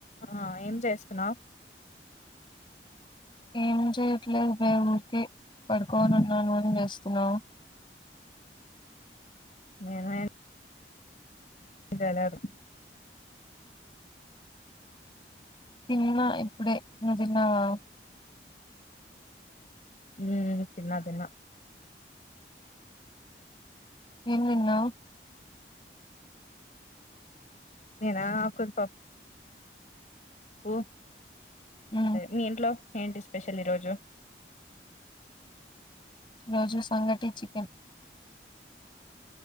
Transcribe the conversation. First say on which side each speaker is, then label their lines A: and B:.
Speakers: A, on the left; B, on the left.
A: ఆ ఏం చేస్తున్నావ్
B: ఏం చేయట్లేదు బే ఊరికే పడుకని ఉన్నాను అని చేస్తున్నావు
A: ఏమైంది జడబ్
B: తిన్న ఇప్పుడే నువ్వు తిన్నవా
A: ఉమ్ తిన్న తిన్న
B: ఏం తిన్నావ్
A: నేనా ఆకుర పప్పు ప్పు
B: ఉమ్
A: మీ ఇంట్లో ఏంటి స్పెషల్ ఈరోజు
B: ఈ రోజు సంగటి చికెన్